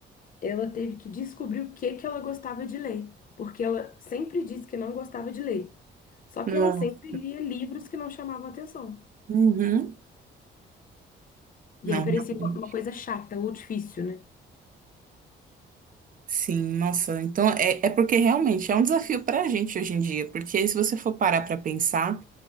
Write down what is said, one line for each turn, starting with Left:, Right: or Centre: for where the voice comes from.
Left: ela teve que descobrir o que que ela gostava de ler, porque ela sempre disse que não gostava de ler. Só
Right: Nossa.
Left: que ela sempre lia livros que não chamavam atenção.
Right: Uhum. Não,
Left: E aí parecia
Right: realmente.
Left: uma uma coisa chata ou difícil, né?
Right: Sim, nossa. Então é, é porque realmente é um desafio para a gente hoje em dia, porque se você for parar para pensar